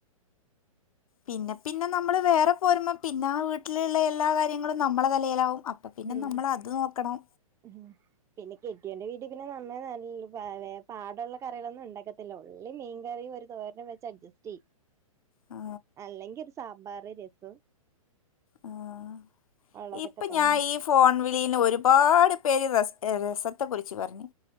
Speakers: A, on the left; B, on the right.
A: പിന്നെ പിന്നെ നമ്മള് വേറെ പോരുമ്പോ പിന്നെ ആ വീട്ടിലുള്ള എല്ലാ കാര്യങ്ങളും നമ്മളെ <unintelligible> അപ്പൊ പിന്നെ
B: ഉം
A: നമ്മൾ അത് നോക്കണം
B: ഉം പിന്നെ കെട്ടിയോണ്ട് വീട്ടിൽ പിന്നെ നമ്മൾ നല്ല പാടുള്ള കറികളൊന്നും ഉണ്ടാക്കത്തില്ല ഉള്ളി മീൻകറിയും ഒരു തോരനും വെച്ച് അഡ്ജസ്റ്റ് ചെയ
A: ആ
B: അല്ലെങ്കിൽ ഒരു സാമ്പാർ രസം
A: ഉം
B: ഉള്ളതൊക്കെ
A: ഇപ്പ
B: തന്നെ
A: ഞാൻ ഈ ഫോൺ വിളിന്ന് ഒരുപാട് പേര് രസത്തെ കുറിച്ച് പറഞ്ഞു